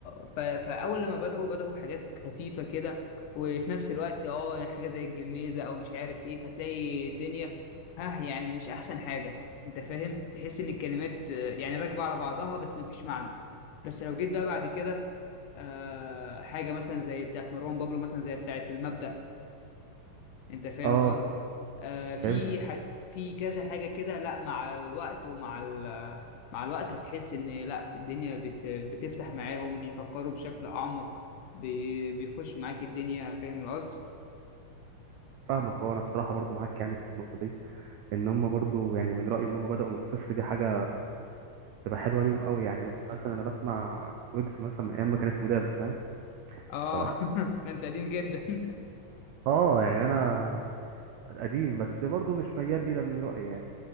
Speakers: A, on the left; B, on the right.
A: اه ف... فاول لما بداوا بداوا بحاجات خفيفه كده وفي نفس الوقت اه يعني حاجه زي الجميزه او مش عارف ايه فتلاقي الدنيا ها يعني مش احسن حاجه انت فاهم تحس ان الكلمات آه، يعني راكبه على بعضها بس مفيش معنى بس لو جيت بقى بعد كده آه حاجه مثلا زي بتاعت مروان بابلو مثلا زي بتاعت المبدأ انت فاهم
B: اه
A: القصد آه في
B: فهمتك
A: ح... في كذا حاجه كده لا مع الوقت ومع ال... مع الوقت هتحس ان لا الدنيا بت... بتفتح معاهم بيفكروا بشكل اعمق بي... بيخشوا معاك الدنيا فاهم القصد
B: فاهمك اه انا بصراحه برضه معاك يعني في النقطه دي ان هم برضه يعني من رايي ان هم بداوا من الصفر دي حاجه تبقى حلوه ليهم قوي يعني مثلا انا بسمع ويجز مثلا من ايام ما كان اسمه داما فاهم
A: اه
B: ف
A: <laughs> ده انت قديم جدا <laughs>
B: اه يعني انا قديم بس برضه مش ميال لي ده من رايي يعني